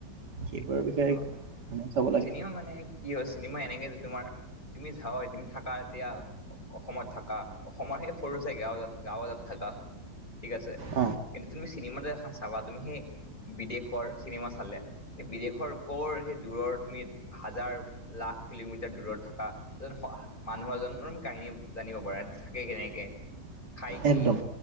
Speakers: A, on the right; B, on the left.
A: সেইবোৰৰ বিষয়ে
B: অ
A: মানে চাব লাগে
B: চিনেমা মানে কি হয় চিনেমা এনেকে তোমাৰ তুমি যাৱা তুমি থাকা এতিয়াও। অসমত থকা অসমৰ সেই সৰু চাই গাঁওজা গাঁওজাত থাকা ঠিক আছে।
A: অ
B: কিন্তু তুমি চিনেমা যে এখন চাবা তুমি সেই বিদেশৰ চিনেমা চালে সেই বিদেশৰ। কৰ সেই দূৰৰনিত হাজাৰ লাখ কিলোমিটাৰ দূৰত থাকা এজন সহা মানুহৰ। জন নম কাহিনী জানিব পাৰা থাকে কেনেকে খাই কি।
A: একদম